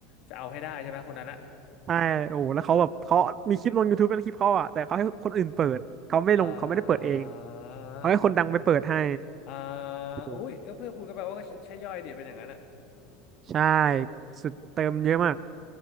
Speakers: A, on the left; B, on the right.
A: จะเอาให้ได้ใช่ไหมคนนั้นอะ
B: ใช่โอ้โหแล้วเขาแบบเขามีคลิปลง YouTube เป็นคลิปเขาอ่ะแต่เขาให้คนอื่นเปิดเขาไม่ลงเขาไม่ได้เปิดเอง
A: อ่า
B: เขาให้คนดังไปเปิดให้
A: โหอ่า
B: โอ้โห
A: อุ้ยเพื่อนคุณก็แปลว่าก็ใช่ย่อยเดี๋ยวเป็นอย่างนั้นอะ
B: ใช่สุดเติมเยอะมาก